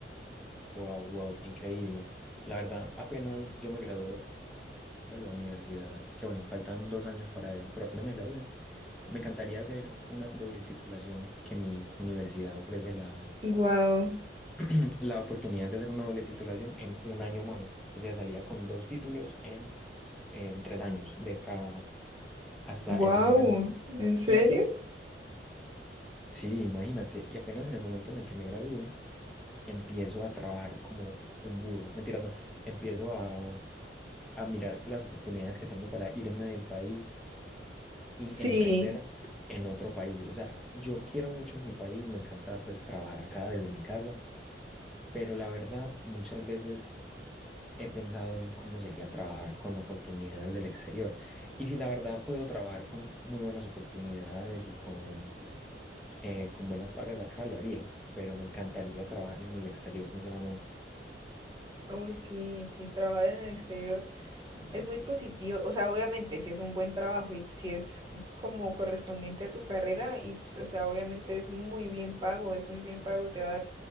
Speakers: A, in the centre; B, on the right.
A: Wow, wow, qué increíble. La verdad, apenas yo me gradué de la universidad, que bueno, faltan dos años para eso, pero apenas me gradué. Me encantaría hacer una doble titulación, que mi universidad ofrece la,
B: Wow,
A: <clears throat> la oportunidad de hacer una doble titulación en un año más. O sea, salía con dos títulos en, en tres años, de acá hasta
B: wow,
A: ese momento.
B: ¿en serio?
A: Y apenas, sí, imagínate, y apenas en el momento en el que me gradúe, empiezo a trabajar como un burro. Mentiras, no, empiezo a, a mirar las oportunidades que tengo para irme del país y
B: Sí,
A: emprender en otro país. O sea, yo quiero mucho mi país, me encanta pues trabajar acá desde mi casa, pero la verdad muchas veces he pensado en cómo sería trabajar con oportunidades del exterior. Y si la verdad puedo trabajar con muy buenas oportunidades y con, eh, con buenas pagas acá, lo haría, pero me encantaría trabajar en el exterior, sinceramente.
B: Uy, sí, sí, trabajar en el exterior. Es muy positivo, o sea, obviamente si es un buen trabajo y si es como correspondiente a tu carrera, y, pues, o sea, obviamente es muy bien pago, es muy bien pago, te va a dar